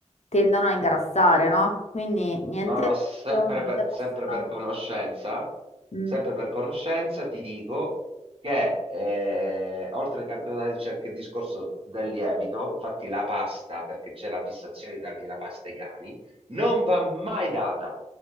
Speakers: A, on the left; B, on the right.
A: tendono a ingrassare,
B: no.
A: no? Quindi niente
B: No, no, sempre
A: riso, niente
B: per,
A: pasta.
B: sempre per conoscenza,
A: Mm.
B: sempre per conoscenza ti dico che eh, oltre ai carboidrati c'è anche il discorso del lievito, infatti la pasta, perché c'è la fissazione di dargli la pasta ai cani, non va mai data,